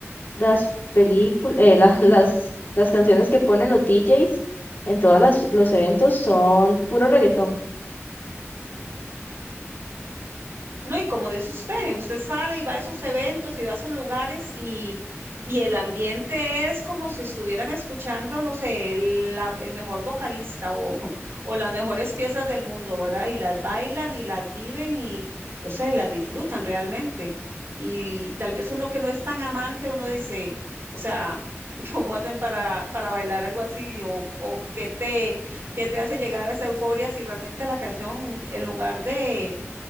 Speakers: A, on the left (about 45°); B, on the right (about 60°).
A: las películas, <laughs> las, las canciones que ponen los DJs en todos las- los eventos son puro reggaetón.
B: No, y como dice usted, usted sale y va a esos eventos y va a esos lugares y, y el ambiente es como si estuvieran escuchando, no sé, el, la- el mejor vocalista o, <laughs> o las mejores piezas del mundo, ¿verdad? Y las bailan y las viven y, o sea, y las disfrutan realmente. Y tal vez uno que no es tan amante, uno dice, o sea, <laughs> ¿cómo hacen para, para bailar algo así? O, o qué te, qué te hace llegar a esa euforia si realmente la canción, en lugar de